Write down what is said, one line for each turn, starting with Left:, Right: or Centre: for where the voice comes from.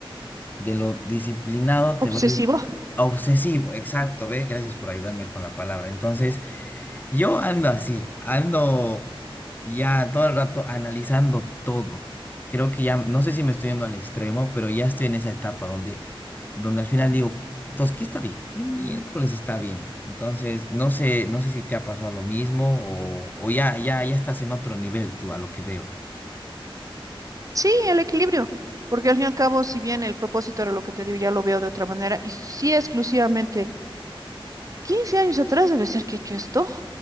Left: De lo disciplinado
Right: ¿Obsesivo?
Left: te vuelves obsesivo, exacto, ve, gracias por ayudarme con la palabra. Entonces, yo ando así, ando ya todo el rato analizando todo. Creo que ya, no sé si me estoy yendo al extremo, pero ya estoy en esa etapa donde, donde al final digo, "¿Qué- entonces, ¿qué está bien? ¿Qué miércoles está bien? Entonces, no sé, no sé si te ha pasado lo mismo o, o ya, ya, ya estás en otro nivel tú a lo que veo.
Right: Sí, el equilibrio. Porque al fin y al cabo, si bien el propósito era lo que te digo, ya lo veo de otra manera. Y sí, exclusivamente, 15 años atrás debe ser que he hecho esto.